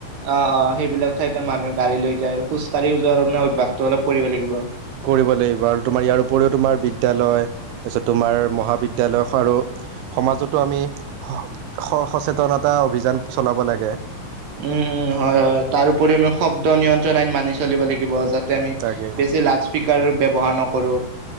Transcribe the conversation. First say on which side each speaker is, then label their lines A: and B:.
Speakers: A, on the right (about 65°); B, on the right (about 80°).
A: অ অ সেইবিলাক ঠাইতে মানুহে গাড়ী লৈ যায় আৰু খোজ কঢ়ি যোৱাৰ মানে অভ্যাসটো অলপ কৰিব লাগিব।
B: কৰিব লাগিব আৰু তোমাৰ ইয়াৰ উপৰিও তোমাৰ বিদ্যালয় তাৰপিছত তোমাৰ মহাবিদ্যালয় আৰু সমাজতো আমি স সচেতনতা অভিযান চলাব লাগে।
A: উম উম হয় হয় তাৰপৰি আমি শব্দ নিয়ন্ত্ৰণ আইন মানি চলিব লাগিব। যাতে আমি
B: তাকে
A: বেছি লাউড স্পীকাৰ ব্যৱহাৰ নকৰোঁ